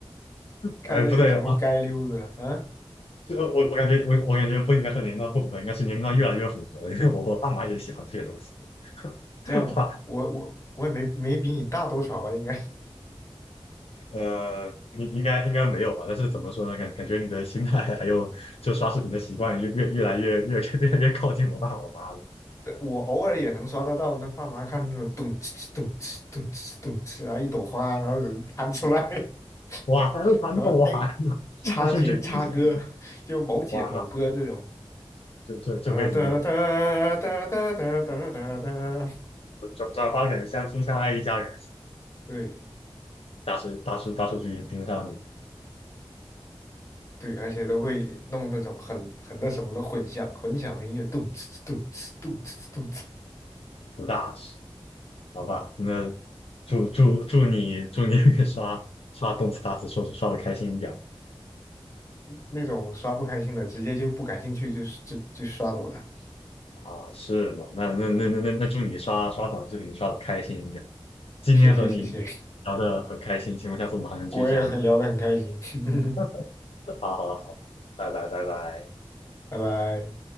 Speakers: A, on the left; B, on the left.
A: 看那些什么街溜子啊，
B: 哎，不对啊，这个我我感觉我我感觉不应该说年龄段不符合，应该是年龄段越来越符合了，因为我我爸妈也喜欢这些东西。<laughs>
A: 这样吗？
B: 哇，
A: 我我我也没没比你大多少吧，应该。
B: 呃，应应该应该没有吧？但是怎么说呢？感感觉你的心态还有就刷视频的习惯越越越来越越 <laughs> 越来越靠近我爸我妈了。
A: 我偶尔也能刷得到，那爸妈看那种咚哧哧咚哧咚哧咚哧，然后一朵花，然后人弹出来，
B: 哇，还那么了完了，
A: <laughs> 然后哎，
B: <laughs>
A: 叉姐叉哥，
B: 那是这真相，
A: 就某姐某哥这种，
B: 完了，这这这辈子就
A: 哒哒哒哒哒哒哒哒哒，
B: 转转发给相亲相爱一家人，
A: 对
B: 大数大数大数据已盯上你
A: 对，而且都会弄那种很很那什么的混响，混响的音乐，咚哧哧咚哧咚哧哧咚哧，
B: 出大事，好吧？那祝祝祝你祝你 <laughs> 刷刷动次打次说刷的开心一点
A: 那种刷不开心的，直接就不感兴趣，就是就就刷走了。
B: 啊，是吗？那那那那那那祝你刷刷短视频刷的开心一点。今天和你
A: 谢谢谢谢，
B: 聊的很开心，希望下次我们还能继续这样。
A: 我也很聊得很开心，<laughs>
B: <laughs> 好好好，拜拜拜拜。
A: 拜拜。